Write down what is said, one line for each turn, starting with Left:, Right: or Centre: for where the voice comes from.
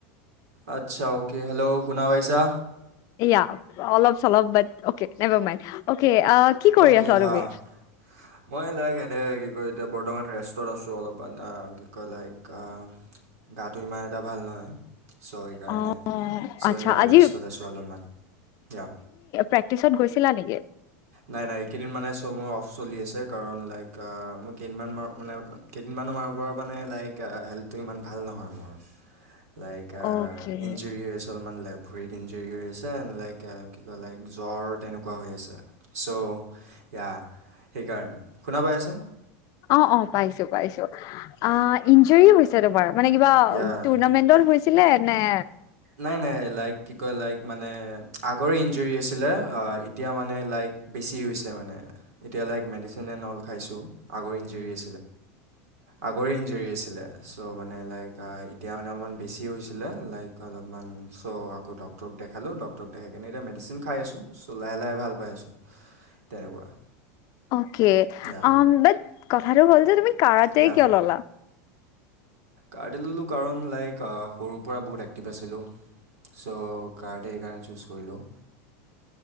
Right: আচ্ছা, অ'কে হেল্ল' শুনা পাইছা?
Left: এইয়া অলপ চলপ but okay, never mind okay অ' কি কৰি
Right: অ'কে
Left: আছা তুমি?
Right: আহ মই লাইক এনে কি কয় এতিয়া বৰ্তমান ৰেষ্টত আছোঁ অলপমান আহ ইকঅ লাইক আহ, গাটো ইমান এটা ভাল নহয়। ছ' সেইকাৰণে,
Left: অ'
Right: ছ'
Left: আচ্ছা
Right: ইয়া
Left: আজি
Right: ৰেষ্টত আছোঁ অলপমান ইয়াৰ
Left: প্ৰেক্টিছত গৈছিলা নেকি?
Right: নাই, নাই এইকেইদিন মানে চ'ব মোৰ অফ চলি আছে কাৰণ লাইক আহ মই কেইদিনমান মা মানে কেইদিনমান মানোৰ পৰা মানে লাইক হেল্থ টো ইমান ভাল নহয় মোৰ লাইক আহ
Left: অ'কে
Right: ইনজুৰি হৈ আছোঁ অলপমান লেট ভৰিত ইনজুৰি হৈ আছে, লাইক আহ ইফালে জ্বৰ তেনেকুৱা হৈ আছে। ছ ইয়া সেইকাৰণে শুনা পাইছ?
Left: অ অহ পাইছো পাইছো। অহ ই বিজয়ী হৈছে তোমাৰ। মানে কিবা
Right: য়া
Left: টুৰ্ণামেন্টল হৈছিলে নে
Right: নাই নাই লাইক কি কয় লাইক মানে আগৰে ইঞ্জৰি আছিলে, এতিয়া মানে লাইক বেছি হৈছে মান, এতিয়া লাইক মেডিচিন এড অ'ল খাইছোঁ, আগৰ ইঞ্জৰি আ আগৰে ইঞ্জৰি আছিলে। চ' মানে লাইক এতিয়া মানে অলপমান বেছি হৈছিলে লাইক চ' আকৌ ডাক্তৰ দেখালো ডাক্তৰক দেখাই কিনে এতিয়া মেডিচিন খাইছো। চ' লাহে লাহে ভাল পাই আছোঁ। তেনেকুৱা।
Left: অকে
Right: ইয়া
Left: আহ বাট, কথাটাটো যে তুমি কাৰাটেই
Right: ইয়া
Left: কিয় ল'লা?
Right: কাৰাটে ললোঁ কাৰণ লাইক আহ সৰুৰ পৰা বহুত এক্টিভ আছিলোঁ, ছ' কাৰাটে এইকাৰণে চুজ কৰিলোঁ,